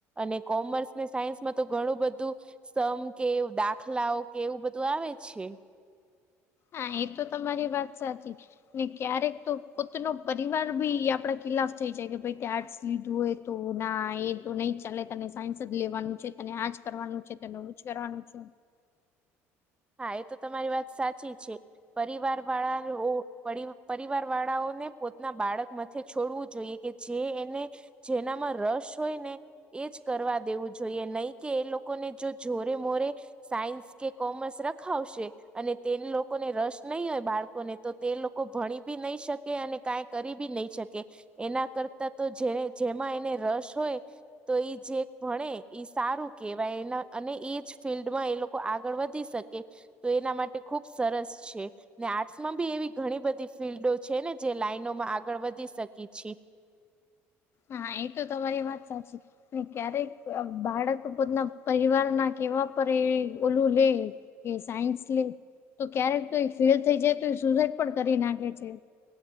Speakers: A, on the right (about 15°); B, on the left (about 40°).
A: અને કોમર્સ ને સાયન્સમાં તો ઘણું બધું સમ કે દાખલાઓ કે એવું બધું આવે છે.
B: હા એ તો તમારી વાત સાચી. ને ક્યારેક તો પોતનો પરિવાર ભી આપડા ખિલાફ થઈ જાય કે ભઈ તે આર્ટસ લીધું હોય તો ના એ તો નહી જ ચાલે તને સાયન્સ જ લેવાનું છે તને આજ કરવાનું છે તને એવું જ કરવાનું છે.
A: હા એ તો તમારી વાત સાચી છે. પરિવાર વાળા ઓ પરી પરિવાર વાળાઓને પોતના બાળક માથ છોડવું જોઈએ કે જે એને જેનામાં રસ હોય ને એજ કરવા દેવું જોઈએ નહીં કે એ લોકોને જો જોરે મોરે સાયન્સ કે કોમર્સ રખાવશે અને અને તે લોકોને રસ નહીં હોય બાળકોને તો તે લોકો ભણી બી નહીં શકે અને કાંઈક કરી બી નહી શકે.
B: હા
A: એના કરતા તો જેને જેમાં એને રસ હોય તો ઈ જે ભણે ઈ સારું કેહેવાય એના અને ઈજ ફિલ્ડમાં એ લોકો આગળ વધી શક કે તો એના માટે ખુબ સરસ છે. ને આર્ટસ માં બી એવી ઘણી બધી ફિલ્ડો છે ને જે લાઈનોમાં આગળ વધી શકી છી.
B: હા એ તો તમારી વાત સાચી. ને ક્યારેક બાળક પોતના પરિવાર ના કેવા પર એ ઓલું લે કે સાયન્સ લે તો ક્યારેક તો એ ફેલ થઈ જાય તો એ સુસાઈડ પણ કરી નાખે છે.